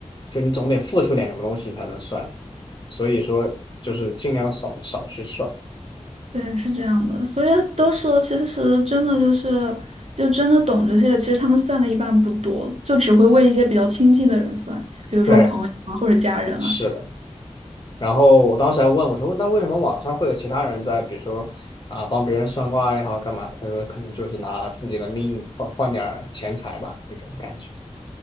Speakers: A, on the left (about 40°); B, on the right (about 60°).
A: 就你总得付出点什么东西你才能算，所以说就是尽量少少去算，
B: 对，是这样的，所以都说，其实真的就是，就真的懂这些，其实他们算的一般不多，就只会为一些比较亲近的人算，比如说朋友啊或者家人啊。
A: 对，是的。然后我当时还问我说，那为什么网上会有其他人在，比如说啊帮别人算卦也好干嘛？他说可能就是拿自己的命换换点儿钱财吧，那种感觉。